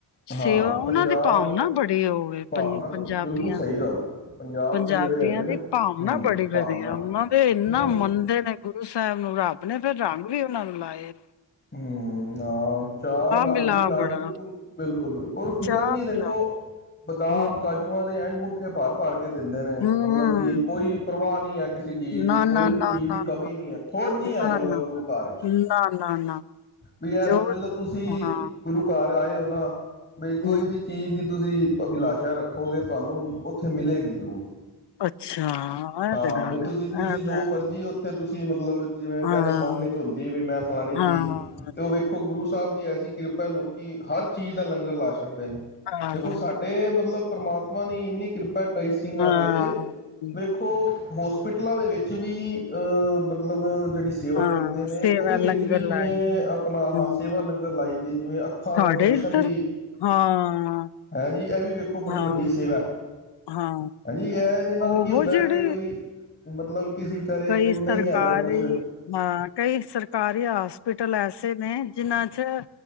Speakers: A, on the left (about 25°); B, on the left (about 65°).
A: ਹਾਂ
B: ਸੇਵਾ ਉਹਨਾਂ
A: ਪੰਜਾਬ
B: ਦੇ ਭਾਵ ਨਾ ਬੜੇ ਹੋਏ
A: ਭਾਵਨਾ
B: ਪੰਜ
A: ਬੜੀ
B: ਪੰਜਾਬੀਆਂ
A: ਬਿਲਕੁਲ ਸਹੀ ਗੱਲ ਆ। ਪੰਜਾਬ
B: ਪੰਜਾਬੀਆਂ
A: ਦੇ ਜਿਹੜੇ ਹੈਗੇ ਨੇ
B: ਦੀ ਭਾਵਨਾ
A: ਹਮ
B: ਬੜੀ
A: ਭਾਵਨਾ
B: ਵਧੀਆ, ਉਹਨਾਂ ਦੇ ਇੰਨਾ
A: ਹਮ
B: ਮੰਨਦੇ ਨੇ ਗੁਰੂ ਸਾ ਸਾਹਿਬ ਨੂੰ ਰੱਬ ਨੇ ਫਿਰ ਰੰਗ ਵੀ ਉਹਨਾਂ ਨੂੰ ਲਾਏ ਆ।
A: ਹੂੰ, ਹਾਂ ਚਾਰ ਰੰਗ
B: ਮਿਲਾ
A: ਵੀ ਲਾ
B: ਬੜਾ
A: ਬਿਲਕੁਲ- ਬਿਲਕੁਲ ਰ ਫਿਕਰ
B: ਚਾਹ
A: ਨੀ ਦੇਖੋ,
B: ਮਿਲਾ
A: ਬਦਾਮ-
B: ਹਮ
A: ਕਾਜੂਆਂ ਦੇ ਐ ਮੁ ਮੁੱਠੇ ਭਰ ਭਰ ਕੇ ਕੇ ਦਿੰਦੇ ਨੇ
B: ਹਮ
A: ਮਤਲਬ ਵੀ ਕੋਈ ਪ੍ਰਵਾਹ ਨਹੀਂ ਹੈ, ਕਿਸੇ ਚੀਜ਼ ਦੀ
B: ਨਾ
A: ਕੋਈ
B: ਨਾ
A: ਵੀ
B: ਨਾ
A: ਚੀਜ਼ ਦੀ
B: ਨਾ
A: ਕਮੀ ਨੀ ਹੈ ਥੋੜ ਨੀ
B: ਨਾ
A: ਹੈ ਮਤਲਬ
B: ਨਾ ਨਾ
A: ਗੁਰੂ ਘਰ ਵਿੱਚ
B: ਨਾ ਨਾ ਨਾ
A: ਵੀ ਇਹ
B: ਜੋ
A: ਸਮਝ ਲਓ ਤੁਸੀਂ
B: ਹਾਂ
A: ਗੁਰੂ ਘਰ ਆਏ ਹੋ ਨਾ ਬਈ ਕੋਈ
B: ਹਮ
A: ਵੀ ਚੀਜ਼ ਦੀ ਤੁਸੀਂ ਅਭਿਲਾਸ਼ਾ ਰੱਖੋਗੇ ਤੁਹਾਨੂੰ ਉੱਥੇ ਮਿਲੇਗੀ ਜ਼ਰੂਰ
B: ਅੱਛਾ ਇਹ
A: ਹਾਂ
B: ਤੇ ਗੱਲ
A: ਵੀ
B: ਹੈ
A: ਤੁਸੀਂ- ਤੁਸੀਂ
B: ਇਹ
A: ਜੋ
B: ਤੇ
A: ਮਰਜ਼ੀ ਉੱਥੇ ਤੁਸੀਂ ਮਤਲਬ ਜਿਵੇਂ
B: ਹਾਂ
A: ਕਹਿ ਲਓ ਮਨ ਵਿਚ ਹੁੰਦੀ ਹੈ ਵੀ ਮੈਂ ਫਲਾਣੀ ਚੀਜ਼
B: ਹਾਂ
A: ਤੇ ਉਹ ਵੇਖੋ ਗੁਰੂ ਸ ਸਾਹਿਬ ਦੀ ਐਸੀ ਕਿਰਪਾ ਲੋਕੀ ਹਰ ਚੀਜ਼ ਦਾ ਲੰਗਰ ਲਾ ਛੱ ਦੇ ਨੇ
B: ਹਾਂ
A: ਦੇਖੋ ਸਾਡੇ ਮਤਲਬ ਪਰਮਾਤਮਾ ਨੇ ਇੰਨੀ ਕਿਰਪਾ ਕਈ ਸਿੰਘਾਂ
B: ਹਾਂ
A: ਦੇ ਵੇਖੋ ਹੋਸਪਿਟਲਾਂ ਦੇ ਵਿੱਚ ਵੀ ਅਹ ਮਤਲਬ ਜਿਹੜੀ ਸੇਵਾ
B: ਹਾਂ
A: ਕਰਦੇ ਨੇ
B: ਸੇਵਾ
A: ਉਹਦੇ
B: ਲੰਗਰ
A: ਵਿੱਚ ਵੀ ਜਿਵੇਂ
B: ਲਾਏ
A: ਆਪਣਾ
B: ਹਮ
A: ਸੇਵਾ ਕਰਦੇ ਨੇ ਉਹਦੇ ਵਿਚ ਵੀ ਲੰਗਰ ਲਾਈ ਦੀ ਹੈ ਜਿਵੇਂ ਅੱਖਾਂ
B: ਸਾਡੇ
A: ਦਾ ਆਪਓਪਰੇਸ਼ਨ
B: ਇੱਧਰ
A: ਦੀ
B: ਹਾਂ
A: ਹੈਂ ਜੀ ਇਹ ਵੀ ਵੇਖੋ ਬੜੀ
B: ਹਾਂ
A: ਵੱਡੀ ਸੇਵਾ
B: ਹਾਂ
A: ਹੈਂ ਜੀ ਇਹ ਨਾਲ
B: ਉਹ
A: ਕੀ ਹੁੰਦਾ
B: ਜਿਹੜੇ
A: ਕਿ ਬਈ ਮਤਲਬ ਕਿਸੇ ਵਿਚਾਰੇ
B: ਕਈ
A: ਕੋਲ
B: ਸਰਕਾਰੀ
A: ਨਹੀਂ ਹੈਗਾ ਕੁਛ
B: ਹਾਂ ਕਈ ਸਰਕਾਰੀ ਹੋਸਪਿਟਲ ਐਸੇ ਨੇ ਜਿਹਨਾ ਅੱਛਾ